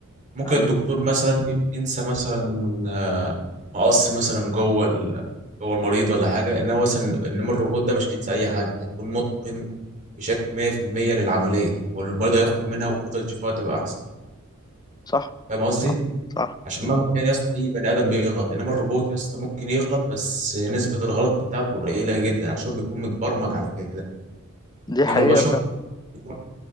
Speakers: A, on the right; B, on the left.
A: ممكن الدكتور
B: ايوه
A: مثلا ينسى مثلا آه، مقص مثلا جوه ال... جوه المريض ولا حاجه انما مثلا انما الروبوت ده مش هينسى اي حاجه هيكون متقن بشكل 100% للعمليه والمريض هيخرج منها وفتره شفائه تبقى احسن
B: صح
A: فاهم قصدي
B: صح صح
A: عشان مهما كان يا اسطى اي بني ادم بيغلط انما الروبوت يا اسطى ممكن يغلط بس نسبه الغلط بتاعته قليله جدا عشان بيكون متبرمج على كده
B: دي
A: انما
B: حقيقة
A: البشر
B: فعلا
A: بيكون